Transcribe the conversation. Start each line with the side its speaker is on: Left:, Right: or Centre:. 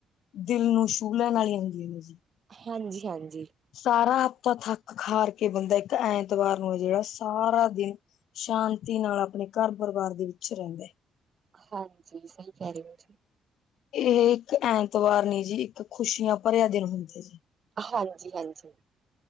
Left: ਦਿਲ ਨੂੰ ਛੂਹ ਲੈਣ ਵਾਲੀਆਂ ਹੁੰਦੀਆਂ ਨੇ ਜੀ।
Right: ਹਾਂਜੀ-ਹਾਂਜੀ।
Left: ਸਾਰਾ ਹਫ਼ਤਾ ਥੱਕ ਖਾਰ ਕੇ, ਬੰਦਾ ਇੱਕ ਐਤਵਾਰ ਨੂੰ ਹੈ ਜਿਹੜਾ ਸਾਰਾ ਦਿਨ ਸ਼ਾਂਤੀ ਨਾਲ ਆਪਣੇ ਘਰ-ਪਰਿਵਾਰ ਦੇ ਵਿੱਚ ਰਹਿੰਦੈ।
Right: ਹਾਂਜੀ, ਸਹੀ ਕਹਿ ਰਹੇ ਓ ਜੀ।
Left: ਇਹ ਇੱਕ ਐਂਤਵਾਰ ਨੀ ਜੀ, ਇੱਕ ਖੁਸ਼ੀਆਂ ਭਰਿਆ ਦਿਨ ਹੁੰਦਾ ਜੀ।
Right: ਹਾਂਜੀ-ਹਾਂਜੀ।